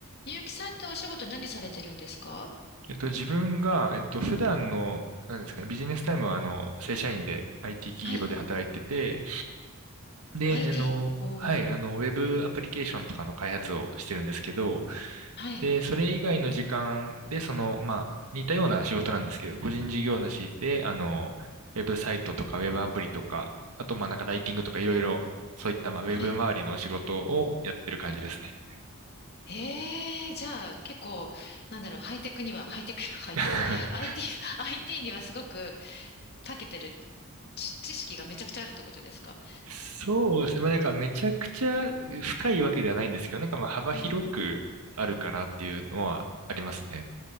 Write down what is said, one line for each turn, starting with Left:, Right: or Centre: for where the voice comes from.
Left: ゆうきさんってお仕事何されてるんですか
Right: えっと、自分が、えっと、普段の、なんですかね、ビジネスタイムは、あの、正社員で IT 企業で働いてて、
Left: はい。
Right: で、
Left: IT。
Right: あの、
Left: おー。
Right: はい、あの、ウェブアプリケーションとかの開発をしてるんですけど、
Left: はい。
Right: で、それ以外の時間で、その、まあ、似たような仕事なんですけど、個人事業主で、あの、ウェブサイトとか、ウェブアプリとか、あと、まあ、なんかライティングとか、いろいろ、そういった、まあ、ウェブ周りのお仕事をやってる感じですね。
Left: はい。ええー、じゃあ結構、なんだろう、ハイテクには、ハイテク、<laughs> ハイテク、
Right: <laughs>
Left: IT、IT にはすごく長けてる、知知識がめちゃくちゃあるってことですか
Right: そうですね。まあ、なんかめちゃくちゃ深いわけではないんですけど、
Left: うんね
Right: なんかまあ幅広くあるかなっていうのはありますね。
Left: うん